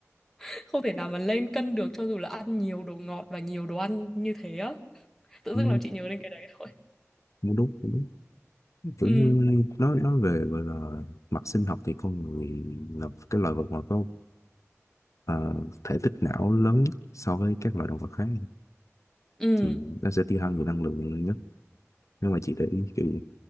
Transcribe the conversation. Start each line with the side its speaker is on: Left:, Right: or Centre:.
Centre: <laughs> không thể nào mà lên cân được cho dù là ăn nhiều đồ ngọt và nhiều đồ ăn như thế á tự
Left: ừ,
Centre: dưng làm chị nhớ đến cái đấy thôi
Left: cũng đúng cũng đúng kiểu
Centre: ừ
Left: như nói nói về gọi là mặt sinh học thì con người là cái loài vật mà có à, thể tích não lớn nhất so với các loài động vật khác
Centre: ừ
Left: thì nó sẽ tiêu hao nhiều năng lượng nhất nhưng mà chị để ý kiểu gì.